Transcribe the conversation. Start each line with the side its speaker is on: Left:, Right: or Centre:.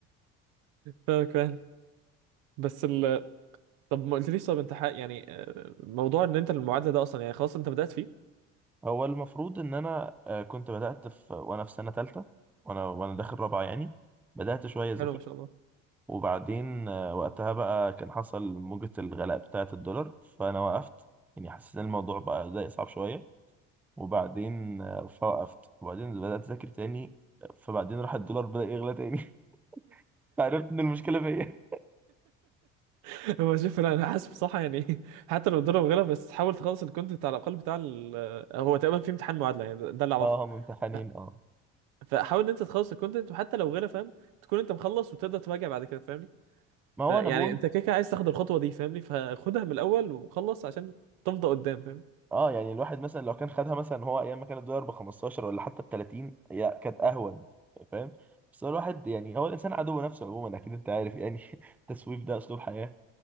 Right: فاهمك فاهم بس ال طب ما قلتليش طب انت حق يعني آه، موضوع ان انت المعادله ده اصلا يعني خلاص انت بدات فيه
Centre: هو المفروض ان انا آه كنت بدات في وانا في سنه ثالثه وانا وانا داخل رابعه يعني بدات شويه
Right: حلو
Centre: ذاكر
Right: ما شاء الله
Centre: وبعدين آه، وقتها بقى كان حصل موجة الغلاء بتاعة الدولار فأنا وقفت يعني حسيت إن الموضوع بقى بدأ يصعب شوية وبعدين آه، فوقفت وبعدين بدأت أذاكر تاني فبعدين راح الدولار بدأ يغلى تاني <laughs> عرفت إن المشكلة فيا
Right: <laughs> هو شوف انا أنا حاسب صح يعني <laughs> حتى لو الضرب غلط بس حاول تخلص الكونتنت على الاقل بتاع ال... آه، هو تقريبا في امتحان معادله يعني ده ده اللي اعرفه
Centre: اه هم امتحانين
Right: ف-
Centre: اه
Right: فحاول ان انت تخلص الكونتنت وحتى لو غيره فاهم تكون انت مخلص وتقدر تراجع بعد كده فاهمني
Centre: ما
Right: فيعني
Centre: هو أنا بقول
Right: انت كده كده عايز تاخد الخطوه دي فاهمني فخدها من الاول وخلص عشان تفضى قدام فاهم
Centre: اه يعني الواحد مثلا لو كان خدها مثلا هو أيام ما كان الدولار ب 15 ولا حتى ب 30 هي كانت أهون فاهم بس هو الواحد يعني هو الإنسان عدو نفسه عموما أكيد أنت عارف يعني <laughs> التسويف ده أسلوب حياة